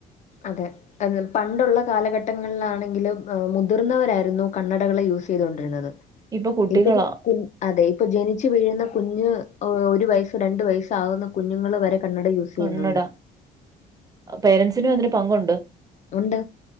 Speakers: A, on the left; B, on the right.
A: അതെ അത് പണ്ടുള്ള കാലഘട്ടങ്ങളിലാണെങ്കിലും ഏഹ് മുതിർന്നവരായിരുന്നു കണ്ണടകൾ യൂസ് ചെയ്ത് കൊണ്ടിരുന്നെത്
B: ഇപ്പൊ കുട്ടികളാ
A: ഇപ്പം കുഞ്ഞ് അതെ ഇപ്പം ജെനിച്ച് വീഴുന്ന കുഞ്ഞ് ഒരു വയസ്സ് രണ്ട് വയസ്സ് ആകുന്ന കുഞ്ഞുങ്ങെൾ വെരെ കണ്ണട യൂസ്
B: കണ്ണട
A: ചെയ്യുന്നുണ്ട്.
B: പേരന്റ്സിനും അതിന് പങ്കുണ്ട്
A: ഉണ്ട്